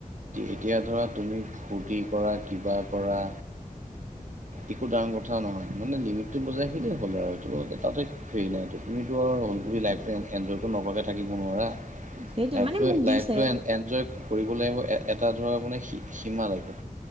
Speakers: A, on the right; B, on the right.
A: এতিয়া ধৰা তুমি ফূৰ্তি কৰা কিবা কৰা একো ডাঙৰ কথা নহয় মানে লিমিটটো বজাই খিনেই হ'ল আৰু সিটো তাতে সেই নাই তুমিতো আৰু লাইভটো এনজয়টো নকৰাকে থাকিব নোৱাৰা।
B: সেইটো
A: লাইফটো
B: মানে মোক দিছে
A: লাইফ এনজয় কৰিবলৈ লাগিব এটা ধৰক মানে সীমা লৈকে